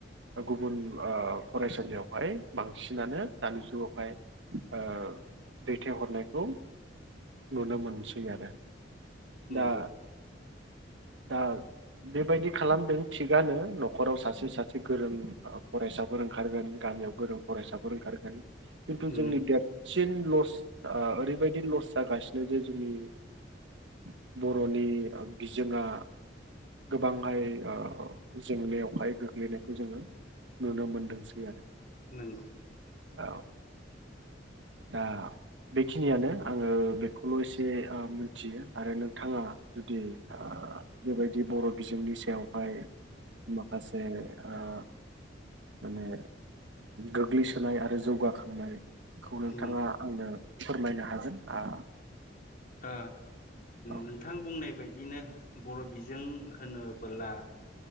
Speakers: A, on the right; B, on the left.
A: गुबुन ओ फरायसालियावहाय बांसिनानो दानि जुगावहाय ओ दैथायहरनायखौ नुनो मोनसै आरो।
B: नंगौ
A: दा दाउ बेबायदि खालामदों थिगानो न'खराव सासे सासे गोरों फरायसाफोर ओंखारगोन गा गामियाव गोरों फरायसाफोर ओंखारगोन खिन्थु
B: उम
A: जोंनि देरसिन थिन लस ओ ओरैबायदि लस जागासिनो जे जोंनि <unintelligible> बर'नि बिजोङा गोबांहाय ओ जेंनायाव गोग्लैनायखौ जोङो नुनो मोनदोंसै आरो।
B: नंगौ
A: औ दा बेखिनियानो आङो बेखौल' एसे ओ मिथियो आरो नोंथाङा जुदि ओ बेबायदि बर' बिजोंनि सायावहाय माखासे ओ माने गोग्लैसोनाय आरो जौगाखांनाय, खौ नोंथाङा
B: उम
A: आंनो फोरमायनो हागोन आ
B: ओ
A: औ
B: नोंथां बुंनाय बायदिनो बर' बिजों होनो, बोला